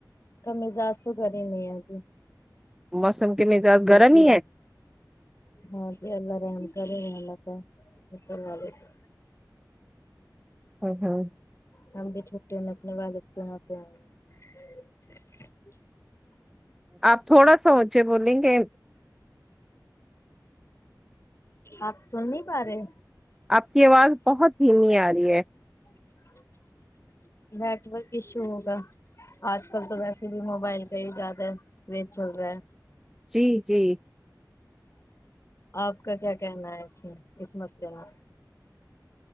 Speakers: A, on the left; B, in the centre.
A: کم مزاج تو گھر ہی نہیں ہے جی
B: موسم کے مزاج
A: باقی
B: گرم ہی ہے
A: ہاں جی اللہ رحم کرے شکور اوپر والے کا
B: <unintelligible>
A: <unintelligible> <unintelligible> <unintelligible>
B: آپ تھوڑا سا اونچا بولے گے
A: آپ سن نہیں پا رہے
B: آپ کی آواز بہت دھیمی آ رہی ہے
A: <inaudible> نیٹورک ایشو ہوگا آج کل تو ویسے بھی موبائل کا ہی زیادہ کریز چل رہا ہے
B: جی جی
A: آپ کا کیا کہنا ہے اس اس مسئلے میں